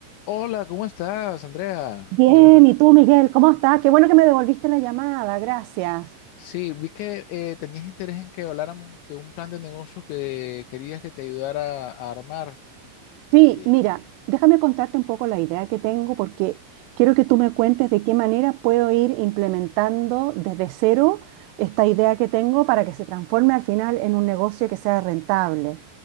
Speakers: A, on the left; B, on the right.
A: Hola, ¿cómo estás, Andrea?
B: Bien,
A: Qué gusto.
B: ¿y tú, Miguel? ¿Cómo estás? Qué bueno que me devolviste la llamada, gracias.
A: Sí, vi que eh, tenías interés en que habláramos de un plan de negocio que querías que te ayudara a armar.
B: Sí,
A: Eh,
B: mira, déjame contarte un poco la idea que tengo porque quiero que tú me cuentes de qué manera puedo ir implementando desde cero esta idea que tengo para que se transforme al final en un negocio que sea rentable.